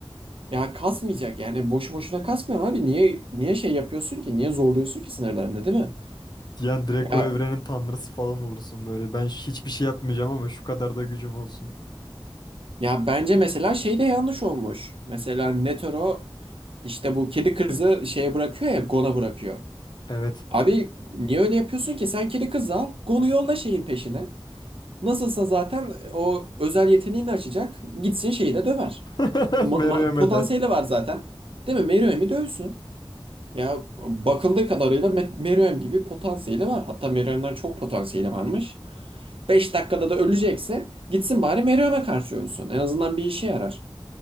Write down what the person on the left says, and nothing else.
Yani direkt
o evrenin tanrısı falan olursun böyle. Ben hiçbir şey yapmayacağım ama şu kadar da gücüm olsun.
Evet.
<laughs>
Meruem'e
de.